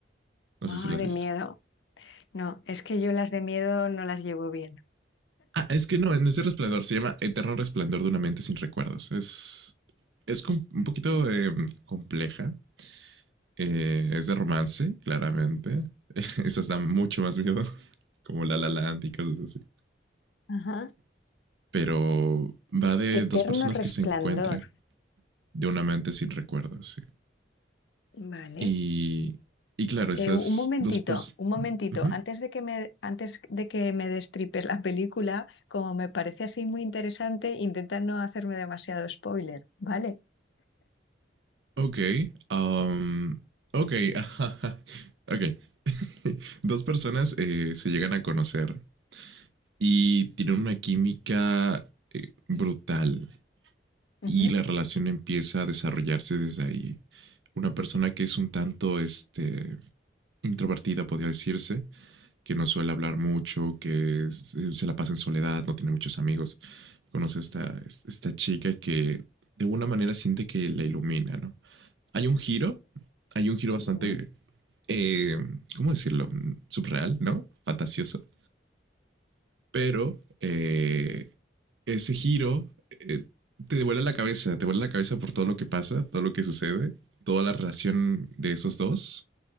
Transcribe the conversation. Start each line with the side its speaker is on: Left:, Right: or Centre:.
Right: No
Left: Ah,
Right: sé si lo has
Left: de
Right: visto.
Left: miedo. No, es que yo las de miedo no las llevo bien.
Right: Ah, es que no, en ese Resplandor se llama Eterno Resplandor de una mente sin recuerdos. Es, es com- un poquito eh, compleja. Eh, es de romance, claramente. <laughs> Esas dan mucho más miedo, <laughs> como La La Land y cosas así.
Left: Ajá.
Right: Pero va de
Left: Eterno
Right: dos personas
Left: resplandor.
Right: que se encuentran de una mente sin recuerdos, sí.
Left: Vale.
Right: Y, y claro, esas
Left: Eh, un momentito,
Right: dos personas.
Left: un momentito.
Right: Uh-huh.
Left: Antes de que me, antes de que me destripes la película, como me parece así muy interesante, intenta no hacerme demasiado spoiler, ¿vale?
Right: Ok. um, ok. <laughs> ok. <laughs> Dos personas eh, se llegan a conocer y tienen una química eh, brutal
Left: Ujú.
Right: y la relación empieza a desarrollarse desde ahí. Una persona que es un tanto este, introvertida, podría decirse, que no suele hablar mucho, que eh, se la pasa en soledad, no tiene muchos amigos conoce a esta, esta chica que de alguna manera siente que la ilumina, ¿no? Hay un giro, hay un giro bastante,
Left: Mm,
Right: eh, ¿cómo decirlo? Subreal, ¿no? Fantasioso. Pero eh, ese giro eh, te devuelve la cabeza, te vuelve la cabeza por todo lo que pasa, todo lo que sucede, toda la relación de esos dos,